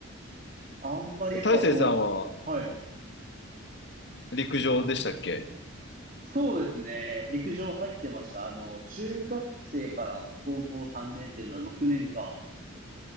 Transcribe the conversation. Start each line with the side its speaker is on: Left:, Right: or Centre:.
Right: あんまりやっぱこう、
Left: 大成さんは
Right: はい。
Left: 陸上でしたっけ
Right: そうですね。陸上入ってました。あの、中学生から高校3年生の6年間、